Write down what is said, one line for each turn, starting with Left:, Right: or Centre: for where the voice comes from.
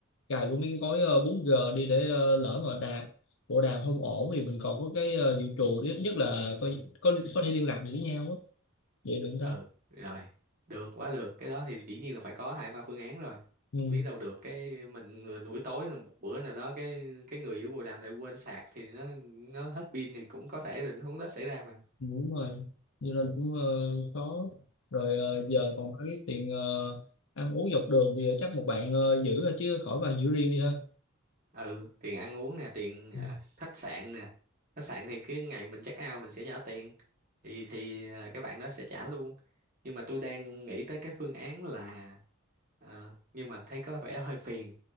Left: cài luôn mấy cái gói ờ, 4G đi để ờ, lỡ mà đàm bộ đàm không ổn thì mình còn có cái ờ, dự trù ít nhất là có, có có thể liên lạc được với nhau á vậy được không
Right: ừ
Left: ta
Right: rồi được quá được cái đó thì dĩ nhiên là phải có hai ba phương án rồi
Left: ừ,
Right: biết đâu được cái mình người- buổi tối là một bữa nào đó cái cái người giữ bồ đàm lại quên sạc thì nó nó hết pin thì cũng có thể tình huống đó xảy ra mà
Left: đúng rồi như nên cũng ờ, khó rồi ờ, giờ còn có cái tiền ờ, ăn uống dọc đường thì chắc một bạn ờ, giữ thôi chứ khỏi bạn giữ riêng đi ha
Right: ừ tiền ăn uống nè tiền à,
Left: Ừ,
Right: khách sạn nè khách sạn thì cái ngày mình check out mình sẽ trả tiền thì thì à, các bạn đó sẽ trả luôn nhưng mà tôi đang nghĩ tới cái phương án là ờ, nhưng mà thấy có vẻ hơi phiền